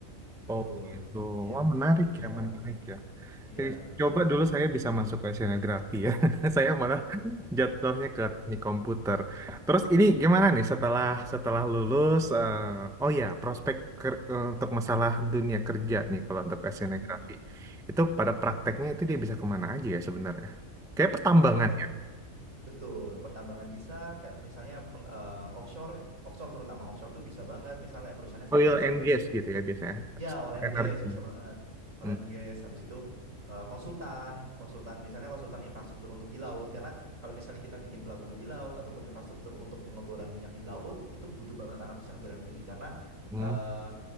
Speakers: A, on the right; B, in the centre.
A: Betul.
B: Oh gitu.
A: Iya,
B: Wah
A: Iya,
B: menarik
A: lebih seperti
B: ya,
A: ke arah
B: menarik
A: itu.
B: ya.
A: Iya,
B: Jadi,
A: lebih
B: coba
A: ke arah seperti
B: dulu saya
A: itu.
B: bisa masuk ke oceanografi ya. <laughs> Saya malah jatuhnya ke teknik komputer. Terus ini gimana nih setelah setelah lulus? eh, oh ya, prospek ker- eh, untuk masalah dunia kerja nih kalau untuk oceanografi.
A: Hmm.
B: Itu pada prakteknya itu dia bisa kemana aja ya sebenarnya? Kayak pertambangan
A: Kalau Kalau
B: ya.
A: per- betul, pertambangan bisa kalau misalnya peng- eh, offshore, offshore terutama offshore tuh bisa banget. Misalnya kayak perusahaannya selamanya
B: Oil
A: selam
B: and
A: bersih
B: gas gitu
A: gitu.
B: ya biasanya.
A: Ya, all and
B: Energi.
A: gas bisa banget. All
B: Hmm.
A: and gas habis itu eh, konsultan, konsultan misalnya konsultan infrastruktur untuk di laut karena kalau misalnya kita bikin pelabuhan di laut ataupun infrastruktur untuk pengeboran minyak di laut itu butuh banget anak oceanografi karena
B: hmm.
A: eh,